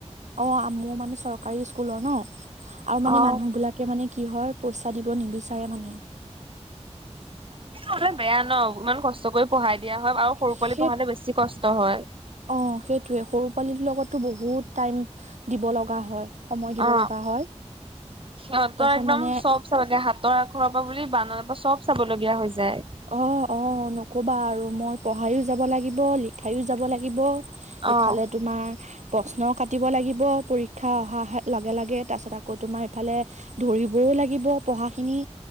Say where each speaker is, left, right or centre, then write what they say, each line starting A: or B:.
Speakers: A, on the right; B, on the right.
A: অ', মোৰ মানে চৰকাৰী স্কুলৰ ন আৰু মানে
B: অ',
A: মানুহ বিলাকে মানে কি হয় পইচা দিব নিবিচাৰে মানে।
B: অলে বেয়া ন ইমান কষ্ট কষ্ট কৰি পঢ়াই দিয়া হয় আৰু সৰু
A: সেই
B: পোৱালি পঢ়াতে বেছি কষ্ট হয়।
A: অ', সেইটোয়ে সৰু পোৱালিৰ লগতো বহুত টাইম দিব লগা হয়। সময় দিব
B: অ
A: লগা হয়,
B: সিহঁতৰ
A: তাৰ পিছত
B: একদম
A: মানে
B: চব চাব লাগে হাতৰ আখৰ পৰা বুলি বানৰ পৰা চব চাবলগীয়া হৈ যায়।
A: অ', অ', নকবা আৰু মই পঢ়াইও যাব লাগিব লিখাইও যাব লাগিব। লিব এইফালে
B: অ
A: তোমাৰ প্ৰশ্ন কাটিব লাগিব পৰীক্ষা অহা লগে, লগে তাৰ পিছত আকৌ তোমাৰ ইফালে ধৰিবও লাগিব পঢ়াখিনি